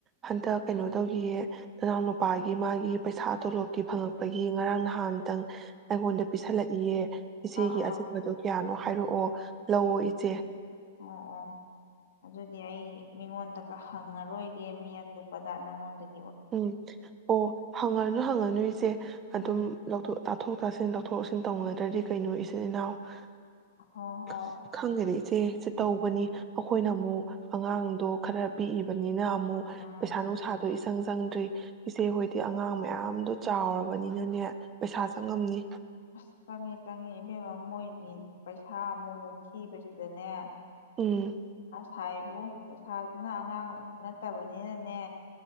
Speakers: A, on the right (about 20°); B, on the left (about 75°).
A: ꯍꯟꯗꯛ ꯀꯩꯅꯣ ꯇꯧꯈꯤꯌꯦ ꯅꯅꯥꯎ ꯅꯨꯨꯄꯥꯒꯤ ꯃꯥꯒꯤ ꯄꯩꯁꯥ ꯇꯣꯂꯣꯞꯀꯤ ꯐꯪꯉꯛꯄꯒꯤ ꯉꯔꯥꯡ ꯅꯍꯥꯟꯗꯪ ꯑꯩꯉꯣꯟꯗ ꯄꯤꯁꯜꯂꯛꯏꯌꯦ ꯏꯆꯦꯒꯤ
B: ꯑꯥ ꯑꯥ
A: ꯑꯆꯤꯟꯕꯗꯣ ꯀꯌꯥꯅꯣ ꯍꯥꯏꯔꯛꯑꯣ ꯂꯧꯑꯣ ꯏꯆꯦ
B: ꯑꯣ ꯑꯣ ꯑꯗꯨꯗꯤ ꯑꯩ ꯃꯤꯉꯣꯟꯗ ꯍꯪꯉꯔꯣꯏꯒꯦ ꯃꯤ ꯑꯇꯣꯞꯄꯗ ꯅꯪꯉꯣꯟꯗꯩ
A: ꯎꯝ ꯑꯣ ꯍꯪꯉꯅꯨ ꯍꯪꯉꯅꯨ ꯏꯆꯦ
B: ꯎꯝ
A: ꯑꯗꯨꯝ ꯂꯧꯊꯣꯛ ꯇꯥꯊꯣꯛ ꯇꯥꯁꯤꯟ ꯂꯧ ꯂꯧꯊꯣꯛ ꯂꯧꯁꯤꯟ ꯇꯧꯅꯗ꯭ꯔꯗꯤ ꯀꯩꯅꯣ ꯏꯆꯤꯟ ꯏꯅꯥꯎ ꯈꯪ
B: ꯍꯣꯏ ꯍꯣꯏ
A: ꯈꯪꯗꯦꯗ ꯏꯆꯦ
B: ꯑꯗꯨꯅꯦ
A: ꯏꯆꯦ ꯇꯧꯕꯅꯤ ꯑꯩꯈꯣꯏꯅ ꯑꯃꯨꯛ ꯑꯉꯥꯡꯗꯣ ꯈꯔ ꯄꯤꯛꯏꯕꯅꯤꯅ ꯨꯑꯃꯨꯛ
B: ꯎꯝ
A: ꯄꯩꯁꯥ ꯅꯨꯡꯁꯥꯗꯣ ꯏ ꯆꯪꯗ꯭ꯔꯤ ꯏꯆꯦ ꯍꯣꯏꯗꯤ ꯑꯉꯥꯡ ꯃꯌꯥꯝꯗꯣ ꯆꯥꯎꯔꯕꯅꯤꯅꯅꯦ ꯄꯩꯁꯥ ꯆꯪꯉꯝꯅꯤ
B: ꯑꯁ ꯆꯪꯉ ꯆꯪꯉꯦ ꯏꯕꯦꯝ ꯃꯣꯏꯒꯤ ꯄꯩꯁꯥ ꯑꯃꯨꯛ ꯃꯨꯛ ꯊꯤꯕꯁꯤꯗꯅꯦ
A: ꯎꯝ
B: ꯁꯥꯏꯕꯣ ꯄꯩꯁꯥꯗꯨꯅ ꯑꯉꯥꯡ ꯅꯠꯇꯕꯅꯤꯅꯅꯦ